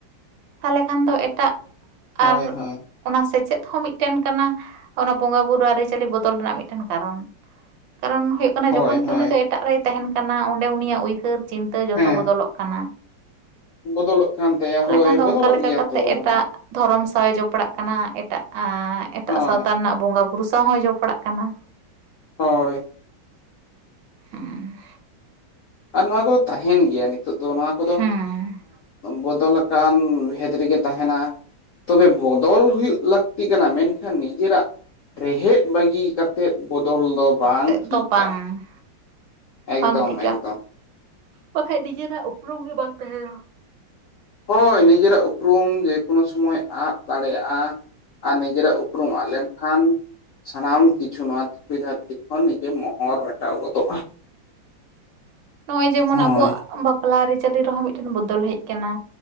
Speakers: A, on the right; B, on the left.
A: ᱛᱟᱦᱞᱮ ᱠᱷᱟᱱ ᱫᱚ ᱮᱴᱟᱜ
B: ᱦᱳᱭ
A: ᱟᱨ
B: ᱦᱳᱭ
A: ᱚᱱᱟ ᱥᱮᱪᱮᱫ ᱦᱚᱸ ᱢᱤᱫᱴᱮᱱ ᱠᱟᱱᱟ ᱚᱱᱟ ᱵᱚᱸᱜᱟ ᱵᱩᱨᱩ ᱟᱹᱨᱤᱪᱟᱹᱞᱤ ᱵᱚᱫᱚᱞ ᱨᱮᱱᱟᱜ ᱢᱤᱫᱴᱮᱱ ᱠᱟᱨᱚᱱ᱾ ᱠᱟᱨᱚᱱ ᱦᱳᱭᱳᱜ ᱠᱟᱱᱟ
B: ᱦᱳᱭ
A: ᱡᱚᱠᱷᱚᱱ ᱜᱮ
B: ᱦᱳᱭ
A: ᱩᱱᱤ ᱫᱚ ᱮᱴᱟᱜ ᱨᱮᱭ ᱛᱟᱦᱮᱸᱱ ᱠᱟᱱᱟ ᱚᱸᱰᱮ ᱩᱱᱤᱭᱟᱜ ᱩᱭᱦᱟᱹᱨ ᱪᱤᱱᱛᱟᱹ ᱡᱚᱛᱚ
B: ᱦᱮᱸ
A: ᱵᱚᱫᱚᱞᱚᱜ ᱠᱟᱱᱟ᱾
B: ᱵᱚᱫᱚᱞᱚᱜ ᱠᱟᱱ ᱛᱟᱭᱟ
A: ᱛᱟᱦᱚᱞᱮ
B: ᱦᱳᱭ
A: ᱠᱷᱟᱱ ᱫᱚ
B: ᱵᱚᱫᱚᱞᱚᱜ
A: ᱚᱱᱠᱟ ᱞᱮᱠᱟ
B: ᱜᱮᱭᱟ
A: ᱠᱟᱛᱮᱜ
B: ᱛᱚ
A: ᱮᱴᱟᱜ
B: ᱱᱚᱣᱟ᱾
A: ᱫᱷᱚᱨᱚᱢ ᱥᱟᱶ ᱮ ᱡᱚᱯᱲᱟᱜ ᱠᱟᱱᱟ ᱮᱴᱟᱜ ᱮᱴᱟᱜ
B: ᱦᱳᱭ
A: ᱥᱟᱶᱛᱟ ᱨᱮᱱᱟᱜ ᱵᱚᱸᱜᱟ ᱵᱩᱨᱩ ᱥᱟᱶ ᱦᱚᱸᱭ ᱡᱚᱯᱲᱟᱜ ᱠᱟᱱᱟ᱾
B: ᱦᱳᱭ
A: ᱦᱩᱸ
B: ᱟᱨ ᱱᱚᱣᱟ ᱠᱚᱫᱚ ᱛᱟᱦᱮᱱ ᱜᱮᱭᱟ ᱱᱤᱛᱚᱜ ᱫᱚ ᱱᱚᱣᱟ ᱠᱚᱫᱚ᱾
A: ᱦᱮᱸ
B: ᱵᱚᱫᱚᱞ ᱟᱠᱟᱱ ᱵᱷᱮᱫ ᱨᱮᱜᱮ ᱛᱟᱦᱮᱱᱟ᱾ ᱛᱚᱵᱮ ᱵᱚᱫᱚᱞ ᱦᱩᱭᱩᱜ ᱞᱟᱹᱠᱛᱤ ᱠᱟᱱᱟ ᱢᱮᱱᱠᱷᱟᱱ ᱱᱤᱡᱮᱨᱟᱜ᱾ ᱨᱮᱦᱮᱫ ᱵᱟᱹᱜᱤ ᱠᱟᱛᱮᱫ ᱵᱚᱫᱚᱞ ᱫᱚ ᱵᱟᱝ
A: ᱛᱮᱫ
B: ᱴᱷᱤᱠᱟ᱾
A: ᱫᱚ ᱵᱟᱝ
B: ᱮᱠᱫᱚᱢ
A: ᱵᱟᱝ ᱴᱷᱤᱠᱟ
B: ᱮᱠᱫᱚᱢ
A: ᱵᱟᱠᱷᱟᱡ ᱱᱤᱡᱮᱨᱟᱜ ᱩᱯᱨᱩᱢ ᱜᱮ ᱵᱟᱝ ᱛᱟᱦᱮᱱᱟ᱾
B: ᱦᱳᱭ ᱱᱤᱡᱮᱨᱟᱜ ᱩᱯᱨᱩᱢ ᱡᱮᱠᱳᱱᱳ ᱥᱚᱢᱚᱭ ᱟᱜ ᱫᱟᱲᱮᱭᱟᱜᱼᱟ᱾ ᱟᱨ ᱱᱤᱡᱮᱨᱟᱜ ᱩᱯᱨᱩᱢ ᱟᱜ ᱞᱮᱱᱠᱷᱟᱱ ᱥᱟᱱᱟᱢ ᱠᱤᱪᱷᱩ ᱱᱚᱣᱟ ᱫᱷᱩᱲᱤ ᱫᱷᱟᱹᱨᱛᱤ ᱠᱷᱚᱱ ᱱᱤᱡᱮ ᱢᱚᱦᱚᱨ ᱢᱮᱴᱟᱣ ᱜᱚᱫᱚᱜᱼᱟ᱾
A: ᱱᱚᱜᱼᱚᱭ ᱡᱮᱢᱚᱱ
B: ᱦᱳᱭ
A: ᱟᱵᱚᱣᱟᱜ ᱵᱟᱯᱞᱟ ᱟᱹᱨᱤᱪᱟᱹᱞᱤ ᱨᱮᱦᱚᱸ ᱢᱤᱫᱴᱮᱱ ᱵᱚᱫᱚᱞ ᱦᱮᱡ ᱟᱠᱟᱱᱟ᱾